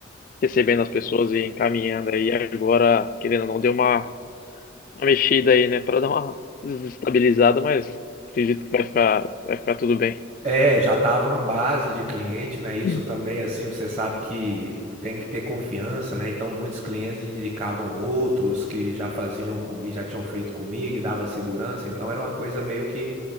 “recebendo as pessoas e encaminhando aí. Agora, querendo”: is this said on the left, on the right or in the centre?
Left